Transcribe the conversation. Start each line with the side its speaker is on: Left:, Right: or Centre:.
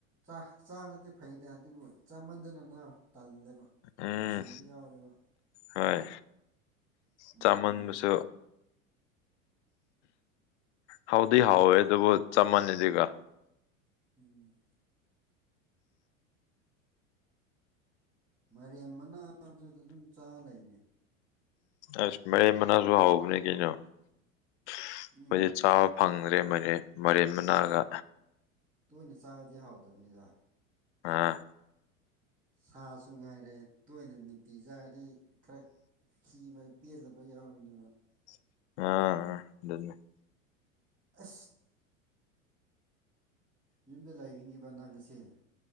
Right: ꯍꯛꯆꯥꯡꯗꯗꯤ ꯐꯩꯗ ꯑꯗꯨꯕꯨ ꯆꯥꯃꯟꯗꯅꯅ ꯇꯜꯂꯦꯕ
Left: ꯎꯝ
Right: ꯇꯟꯁꯤꯟꯕ ꯌꯥꯎꯔꯦꯕ
Left: ꯍꯣꯏ
Right: ꯑꯗꯨꯗꯅꯤ
Left: ꯆꯥꯃꯟꯕꯁꯨ ꯍꯥꯎꯗꯤ ꯍꯥꯎꯋꯦ ꯑꯗꯨꯕꯨ ꯆꯞ ꯃꯥꯟꯅꯩꯗꯤꯒ
Right: ꯎꯝ ꯃꯦꯝ ꯃꯅꯥꯗꯨ ꯑꯗꯨꯝ ꯆꯥ ꯂꯩꯅꯤ
Left: ꯑꯁ ꯃꯦ ꯃꯅꯥꯁꯨ ꯍꯥꯎ ꯀꯩꯅꯣ ꯑꯩꯈꯣꯏꯗꯤ
Right: ꯎꯝ
Left: ꯆꯥꯕ ꯐꯪꯗ꯭ꯔꯦ ꯃ ꯃꯦꯝ ꯃꯅꯥꯒ
Right: ꯇꯣꯏꯅ ꯆꯥꯔꯗꯤ ꯍꯥꯎꯗꯕꯅꯤꯗ
Left: ꯑꯥ
Right: ꯁꯥꯁꯨ ꯉꯥꯏꯔꯦ ꯇꯣꯏꯅ ꯅꯨꯡꯇꯤ ꯆꯥꯗꯤ ꯈꯔ ꯤꯕ ꯄꯦꯜꯂꯕ ꯌꯥꯎꯕꯅꯦꯕ
Left: ꯑꯥ ꯑꯗꯨꯃꯦ
Right: ꯑ ꯌꯨꯝꯗ ꯂꯩꯔꯤꯅꯦꯕ ꯅꯪ ꯑꯁꯦ